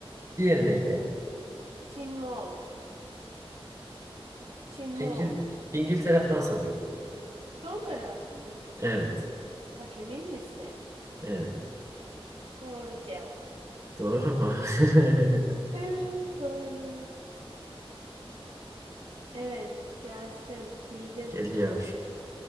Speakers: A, on the right (about 35°); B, on the right (about 75°).
A: Diğeri neydi?
B: Çin, Moğol. Çin, Moğol.
A: İngil İngiltere Fransa diyorum.
B: Son kararın mı?
A: Evet.
B: Bak emin misin?
A: Evet.
B: Doğru cevap.
A: Doğru ama <laughs>
B: Evet doğru. Evet gelsin. Bildin.
A: geliyor.